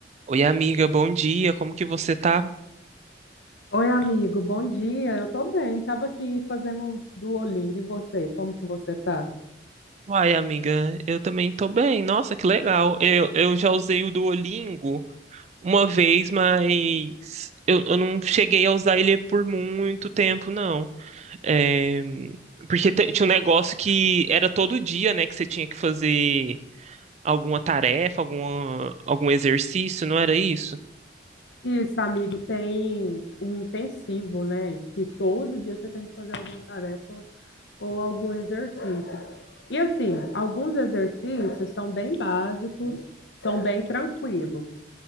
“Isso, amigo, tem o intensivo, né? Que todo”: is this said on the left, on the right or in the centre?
Left